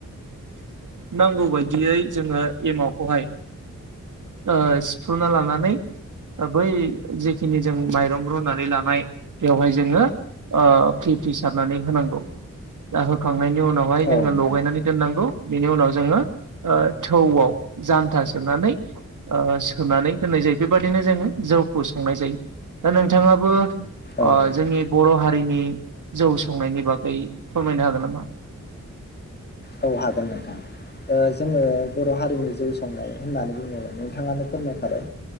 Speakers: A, on the right (about 85°); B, on the left (about 35°).
A: नांगौ बायदियै जोङो एमावखौहाय ओ सिफ्रुना लानानै बै जिखिनि जों माइरं रुनानै लानाय बेवहाय जोङो ओ फ्रि फ्रि सारनानै होनांगौ। दा होखांनायनि उनावहाय जोङो
B: औ नोंथां
A: लगायनानै दोननांगौ। बेनि उनाव जोङो ओ थौवाव जानथा सोमनानै ओ सोनानै दोननाय जा यो। बेबादिनो जोङो जौखौ संनाय जायो। दा नोंथाङाबो
B: औ
A: ओ
B: नोंथां
A: जोंनि बर' हारिनि जौ संनायनि बागै फोरमायनो हागोन नामा?
B: औ हागोन नोंथां ओ जोङो बर' हारिनि जौ संनाय होननानै बुङो नोंथाङानो फोरमायखाबाय।